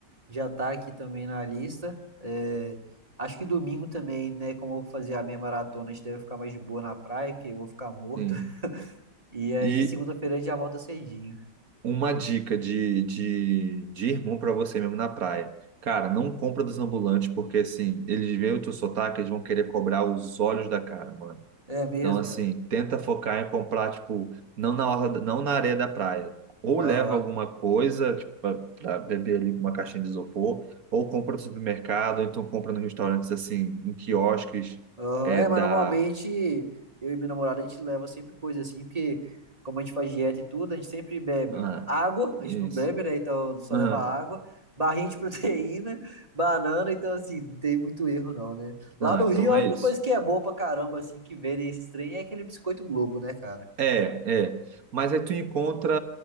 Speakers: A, on the right (about 20°); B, on the right (about 60°).
A: já tá aqui também na lista. É, acho que domingo também, né? Como eu vou fazer a minha maratona, a gente deve ficar mais de boa na praia, porque eu vou ficar morto.
B: Sim.
A: <laughs> E aí,
B: E
A: segunda-feira, a gente já volta cedinho.
B: uma dica de, de, de irmão para você mesmo na praia. Cara, não compra dos ambulantes, porque assim, eles veem o teu sotaque, eles vão querer cobrar os olhos da cara, mano.
A: É mesmo,
B: Então, assim,
A: velho.
B: tenta focar em comprar, tipo, não na orla, da- não na areia da praia. Ou
A: Aham.
B: leva alguma coisa, tipo, pra, pra beber ali com uma caixinha de isopor, ou compra no supermercado, ou então compra nos restaurantes, assim, em quiosques,
A: Aham,
B: é
A: É,
B: da.
A: mas normalmente eu e minha namorada a gente leva sempre coisa assim, porque como a gente faz dieta e tudo, a gente sempre bebe
B: Ah,
A: água, a
B: isso.
A: gente não bebe, né? Então só
B: Aham.
A: leva água, barrinha de <laughs> proteína, banana, então assim, não tem muito erro não, né? Lá
B: Não,
A: no
B: então
A: Rio a
B: é
A: única
B: isso.
A: coisa que é boa pra caramba, assim, que vendem esses trem é aquele biscoito Globo, né, cara?
B: É, é. Mas aí tu encontra